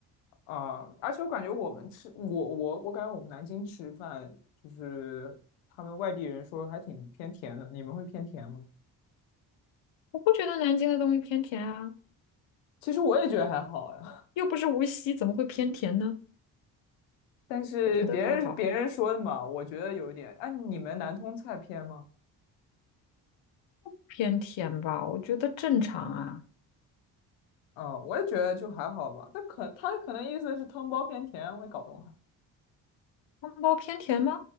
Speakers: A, on the left; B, on the left.
A: 啊、而且我感觉我们吃，我我我感觉我们南京吃饭，就是他们外地人说还挺偏甜的，你们会偏甜吗？
B: 我不觉得南京的东西偏甜啊，
A: 其实我也觉得还好呀，
B: 又不是无锡，怎么会偏甜呢？
A: <laughs> 但是别人别人说的嘛，
B: 我觉得还好，
A: 我觉得有一点。哎、你们南通菜偏吗？
B: 偏甜吧，我觉得正常啊。
A: 嗯，我也觉得就还好吧。但可他可能意思是汤包偏甜啊，我也搞不懂他。
B: 汤包偏甜吗？